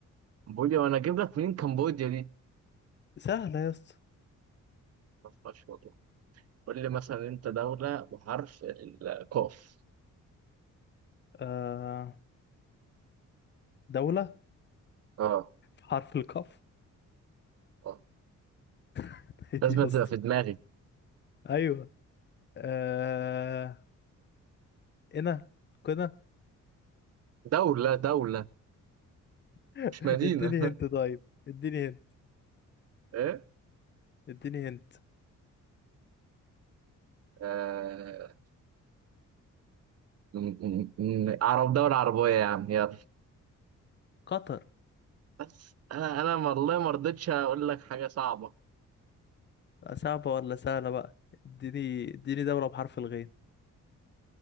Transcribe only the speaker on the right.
كمبوديا وأنا أجيب لك منين كمبوديا دي؟
ما أعرفهاش والله قول لي مثلا أنت دولة بحرف القاف
أه
أه
لازم
تبقى
في دماغي
دولة دولة
مش مدينة
<laughs>
إيه؟
آه... م- م- م- عرب دولة عربية يا عم يلا
بس انا انا والله ما رضيتش اقول لك حاجه صعبه